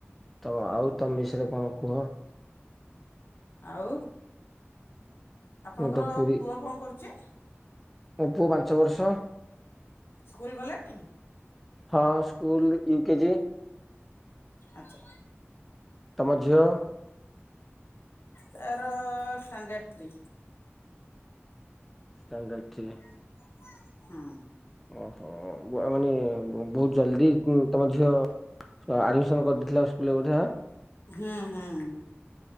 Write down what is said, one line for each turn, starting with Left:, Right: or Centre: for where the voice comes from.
Centre: ତ ଆଉ ତମ ବିଷୟରେ କଣ କୁହ?
Left: ଆଉ ଆପଣଙ୍କର
Centre: ମୁଁ ତ ପୁରୀ
Left: ପୁଅ କଣ କରୁଛି?
Centre: ମୋ ପୁଅ ପାଞ୍ଚ ବର୍ଷ।
Left: ସ୍କୁଲ ଗଲାଣି।
Centre: ହଁ ସ୍କୁଲ ୟୁ କେଜି।
Left: ଆଚ୍ଛା
Centre: ତମ ଝିଅ?
Left: ତାର ଷ୍ଟାଣ୍ଡାର୍ଡ ଥ୍ରୀ।
Centre: Standard three.
Left: ହଁ
Centre: ଓହୋ ମାନେ ବହୁତ ଜଲଦି ତମ ଝିଅ ଆଡମିସନ କରିଦେଇଥିଲା ସ୍କୁଲରେ ବୋଧ ଆ।
Left: ହୁଁ ହୁଁ।